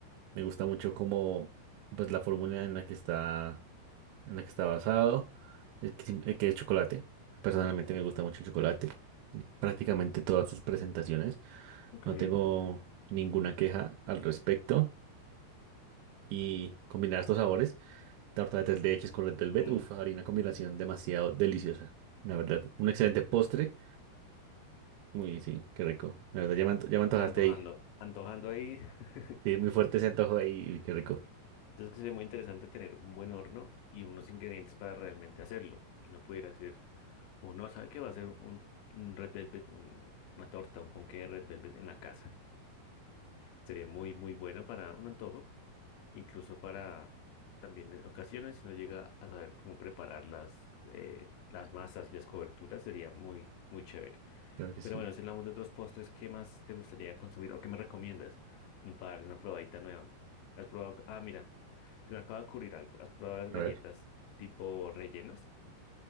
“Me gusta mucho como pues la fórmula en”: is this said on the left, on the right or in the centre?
Right